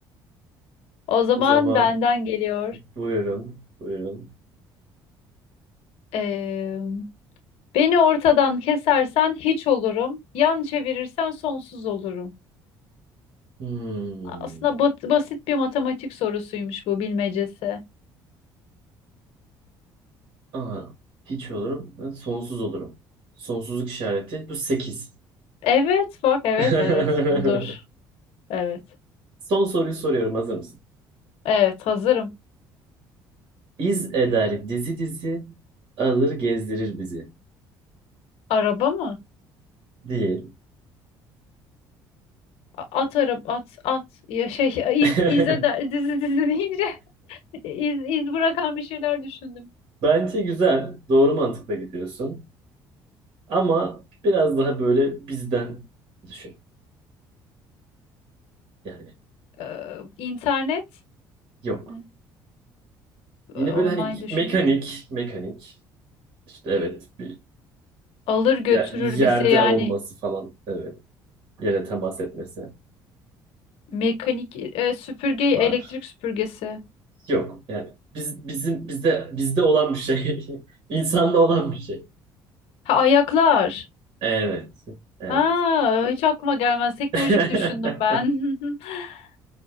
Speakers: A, on the left; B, on the right.
A: O zaman
B: O zaman
A: benden geliyor.
B: buyurun. Buyurun.
A: Ee, beni ortadan kesersen hiç olurum. Yan çevirirsen sonsuz olurum.
B: Hmm.
A: Aslında bat- basit bir matematik sorusuymuş bu bilmecesi.
B: Aa, hiç olurum. Ben sonsuz olurum. Sonsuzluk işareti. Bu 8.
A: Evet, bak evet
B: <laughs>
A: evet budur. Evet.
B: Son soruyu soruyorum. Hazır mısın?
A: Evet, hazırım.
B: İz eder dizi dizi alır gezdirir bizi.
A: Araba mı?
B: Değil.
A: A- At araba at at ya şey
B: <laughs>
A: iz izle de, <laughs> dizi dizi deyince <laughs> iz iz bırakan bir şeyler düşündüm.
B: Bence güzel. Doğru mantıkla gidiyorsun. Ama biraz daha böyle bizden düşün. Yani
A: Ee, internet
B: yok.
A: ne?
B: Yine
A: Ee, online
B: böyle hani
A: düşün.
B: mekanik, mekanik. İşte evet bir
A: Alır götürür
B: ya- yerde
A: bizi yani
B: olması falan. Evet. Yere temas etmesi
A: mekanik e, süpürge elektrik
B: var.
A: süpürgesi.
B: Yok. Yani biz bizim bizde bizde olan bir şey. <laughs> İnsanda olan bir şey.
A: Ha ayaklar.
B: Evet. Evet.
A: Ha hiç aklıma gelmez. Teknolojik
B: <laughs>
A: düşündüm ben. <laughs>